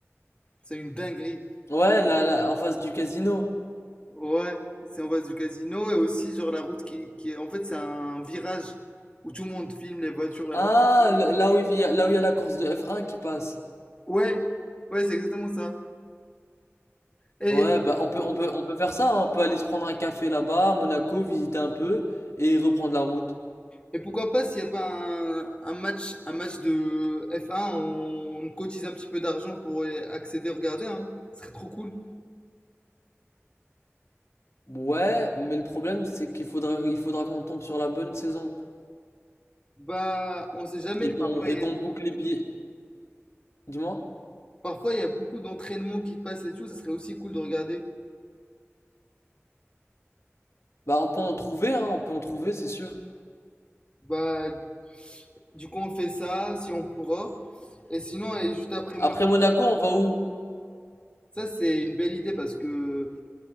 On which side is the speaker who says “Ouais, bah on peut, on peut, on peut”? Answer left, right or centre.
Left